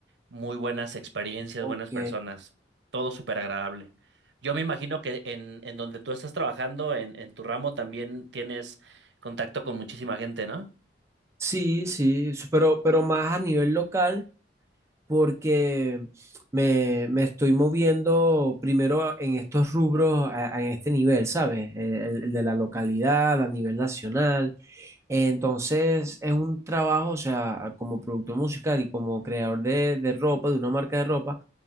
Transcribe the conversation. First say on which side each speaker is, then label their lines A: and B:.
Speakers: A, on the right (about 75°); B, on the right (about 15°).
A: muy buenas experiencias,
B: Ok.
A: buenas personas, todo súper agradable. Yo me imagino que en, en donde tú estás trabajando, en, en tu ramo, también tienes contacto con muchísima gente, ¿no?
B: Sí, sí, s- pero, pero más a nivel local, porque me, me estoy moviendo primero en estos rubros, a, a este nivel, ¿sabes? Eh, El, el de la localidad, a nivel nacional. Entonces, es un trabajo, o sea, como productor musical y como creador de, de ropa, de una marca de ropa,